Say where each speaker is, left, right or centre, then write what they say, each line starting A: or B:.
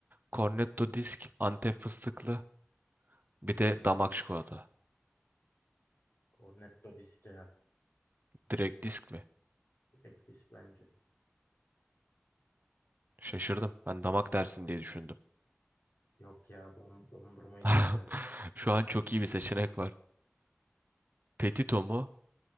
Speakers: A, on the right; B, on the left.
A: Cornetto disk, Antep fıstıklı, bir de damak çikolata.
B: Cornetto disk ya.
A: Direkt disk mi?
B: Tek disk bence.
A: Şaşırdım. Ben damak dersin diye düşündüm.
B: Yok ya don- dondurmayı
A: <laughs>
B: çok severim.
A: Şu an çok iyi bir seçenek var. Petito mu